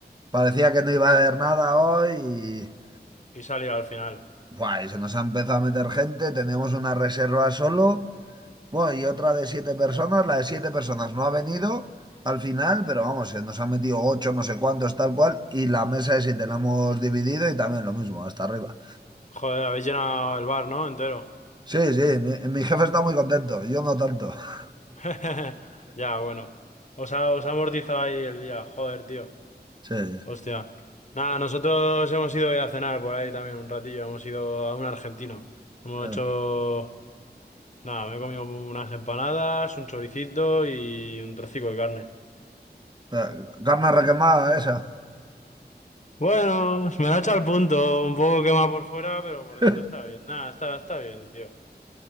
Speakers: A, on the right; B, on the left.
A: Parecía que no iba a haber nada hoy y...
B: Y salió al final.
A: buah, y se nos ha empezado a meter gente, teníamos una reserva solo. Bueno, y otra de siete personas, la de siete personas no ha venido al final, pero vamos, se nos han metido ocho, no sé cuántos, tal cual, y la mesa de siete la hemos dividido y también lo mismo, hasta arriba.
B: Joder, habéis llenado el bar, ¿no? Entero.
A: Sí, sí, mi, mi jefe está muy contento, yo no tanto. <laughs>
B: <laughs> Ya, bueno. Os ha, os ha amortizado ahí el día. Joder, tío.
A: Sí, sí.
B: Hostia. Nada, nosotros hemos ido hoy a cenar por ahí también un ratillo. Hemos ido a un argentino. Hemos
A: Eh,
B: hecho... Nada, me he comido unas empanadas, un choricito y un trocico de carne.
A: eh, carne requemada esa.
B: Bueno, me la ha echado al punto, un poco quemada por fuera, pero por
A: <laughs>
B: dentro está bien. Nada, está, está bien, tío.